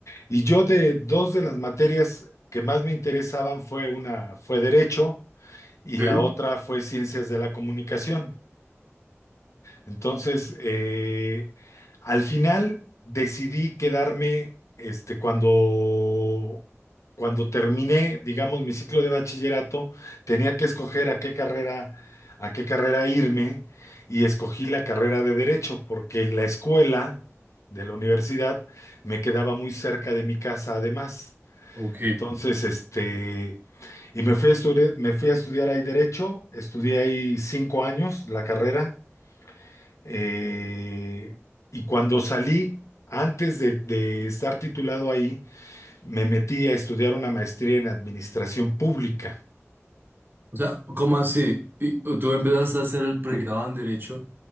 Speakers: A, on the left; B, on the right.
A: Y yo de dos de las materias que más me interesaban fue una fue derecho y
B: sí.
A: la otra fue ciencias de la comunicación. Entonces, eh, al final decidí quedarme, este, cuando, cuando terminé, digamos, mi ciclo de bachillerato, tenía que escoger a qué carrera, a qué carrera irme y escogí la carrera de Derecho porque la escuela de la universidad me quedaba muy cerca de mi casa además.
B: Ok.
A: Entonces, este, y me fui a estudiar, me fui a estudiar ahí Derecho, estudié ahí cinco años la carrera. Eh, y cuando salí, antes de, de estar titulado ahí, me metí a estudiar una maestría en administración pública.
B: O sea, ¿cómo así? Y tú empezaste a hacer el pregrado en derecho